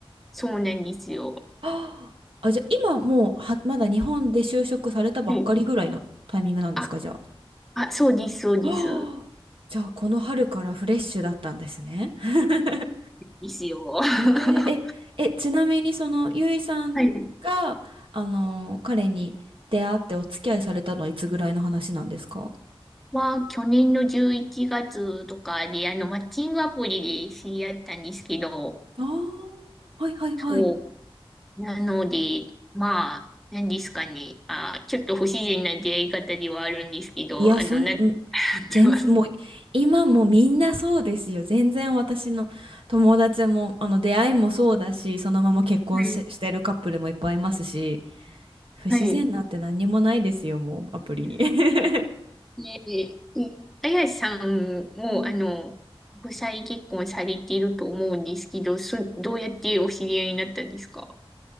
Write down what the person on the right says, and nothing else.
あー、あじゃあ今もうは、まだ日本で就職されたばっかりぐらいのタイミングなんですか、
じゃあ。
あーじゃあこの春からフレッシュだったんですね。<laughs>
えー、え、え、ちなみにそのゆいさんが、
あのー彼に出会ってお付き合いされたのはいつぐらいの話なんですか
ああー、はいはいはい。
いや、
そん、
ん
全、もう、今もみんなそうですよ。全然私の友達も、あの、出会いもそうだし、そのまま結婚し、
してるカップルもいっぱいいますし、不自然なんて何にもないですよ、
もう、アプリに。<laughs>
うん